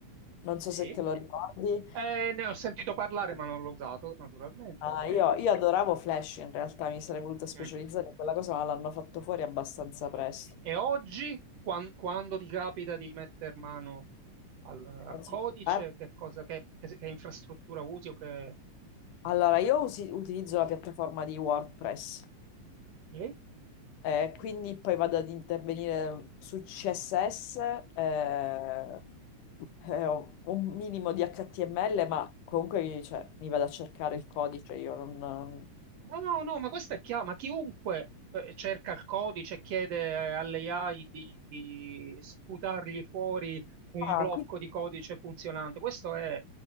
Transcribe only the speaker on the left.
non so
se te lo ricordi.
Ah,
io, io adoravo Flash in realtà, mi sarei voluta specializzare
in quella cosa, ma l'hanno fatto fuori abbastanza presto.
Anzi,
eh,
Allora, io usi- utilizzo la piattaforma di WordPress,
eh, quindi poi vado ad intervenire su CSS, eh, eh, ho un minimo di HTML, ma comunque cioè, mi vado a cercare
il codice, io non...
Ah,
quindi...